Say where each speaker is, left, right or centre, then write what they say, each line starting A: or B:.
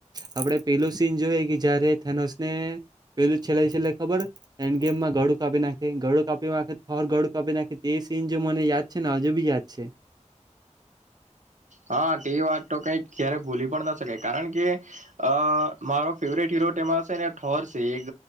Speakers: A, on the right; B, on the right.
A: આપડે પેલું સીન જોએ કે જયારે થેનોસને પેલું છેલ્લય છેલ્લય ખબર હ. હેન્ડ ગેમમાં ગડું કાપી નાખે ગળું કાપી નાખે થોર ગળું કાપી નાખે તે સીન જો મને યાદ છે ને હજુ બી યાદ છે.
B: હા, તે વાત તો કઈક ક્યારે ભૂલી પણ ના શકાય. કારણ કે, અ મારો ફેવરેટ હીરો તેમાં સે ને ઠોર સે એગ